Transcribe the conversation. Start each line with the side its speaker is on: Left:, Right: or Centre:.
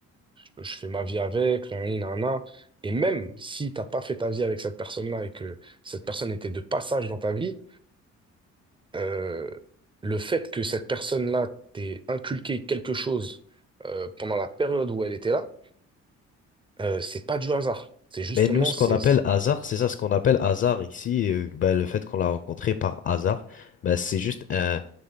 Right: je, je fais ma vie avec, nan, nan, nan. Et même si t'as pas fait ta vie avec cette personne-là et que cette personne était de passage dans ta vie, euh, le fait que cette personne-là t'ait inculqué quelque chose euh, pendant la période où elle était là, euh, c'est pas du hasard. C'est justement,
Left: Mais nous, ce
Right: c'est...
Left: qu'on appelle
Right: c'est-
Left: hasard, c'est ça, ce qu'on appelle hasard ici, euh, ben, le fait qu'on l'a rencontré par hasard, ben, c'est juste un,